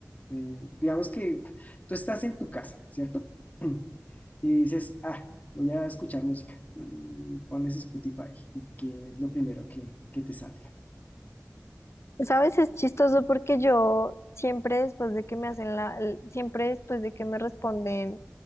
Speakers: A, on the left; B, on the left.
A: eh, digamos que tú estás en tu casa, ¿cierto? <clears throat> Y dices, ah, voy a escuchar música. Y pones Spotify. ¿Y qué es lo primero que, que te sale?
B: ¿Sabes? Es chistoso porque yo siempre después de que me hacen la, l- siempre después de que me responden,